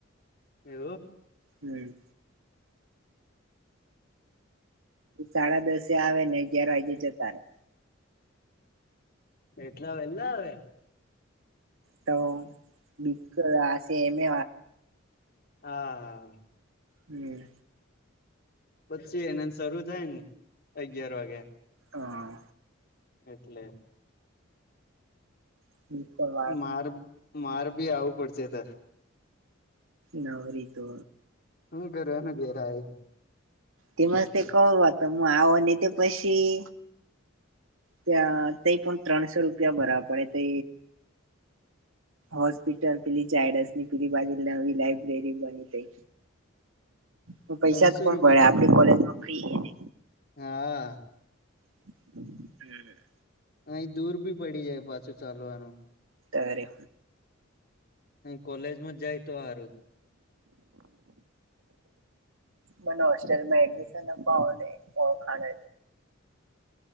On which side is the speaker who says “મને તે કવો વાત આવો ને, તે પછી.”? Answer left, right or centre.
Right